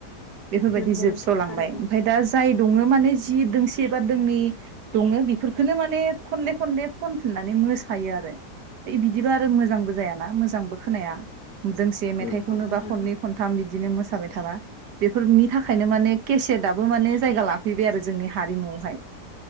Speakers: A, on the right (about 70°); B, on the left (about 65°).
A: बेफोरबायदि
B: नंगौ
A: जोबस
B: नोंथां
A: लांबाय
B: थारैनो
A: ओमफाय दा जाय दङ माने जि दोंसे बा दोंनै दङ बेफोरखोनो माने खनले खनले खनफिननानै मोसायो आरो बे बिदिबा आरो मोजांबो जायाना मोजांबो खोनाया दोंसे मेथाइखौनो
B: नंगौ नोंथां
A: बा खननै खनथाम बिदिनो मोसाबाय थाबा बेफोरनि थाखायनो माने केसेटआबो माने जायगा लाफैबाय आरो जोंनि हारिमुआवहाय